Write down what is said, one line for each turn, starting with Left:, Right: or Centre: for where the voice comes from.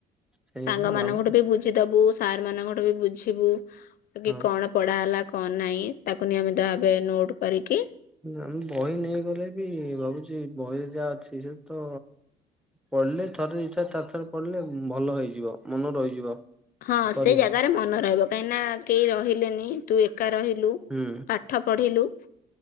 Centre: ସେଇଆ
Left: ସାଙ୍ଗ
Centre: ମୁଁ
Left: ମାନଙ୍କଠୁ
Centre: ଭାବୁଛି
Left: ବି ବୁଝି ଦବୁ। ସାର୍ ମାନଙ୍କଠୁ ବି ବୁଝିବୁ କି
Centre: ହଁ
Left: କଣ ପଢା ହେଲା କଣ ନାହିଁ ତାକୁ ନେଇମ ତାବେ ନୋଟ୍ କରିକି
Centre: ଆମେ ବହି ନେଇଗଲେ ବି ଭାବୁଛି ବହିରେ ଯାହା ଅଛି ସେ ତ ପଢିଲେ ଥରେ ଦି ଥରେ ଚାରି ଥର ପଡିଲେ ଭଲ ହେଇଯିବ ମନ ରହିଯିବ।
Left: ହଁ
Centre: କରିହବ
Left: ସେ ଜାଗାରେ ମନେ ରହିବ କାହିଁକି ନା କେହି ରହିଲେନି ତୁ ଏକା ରହିଲୁ
Centre: ହୁଁ
Left: ପାଠ ପଢ଼ିଲୁ।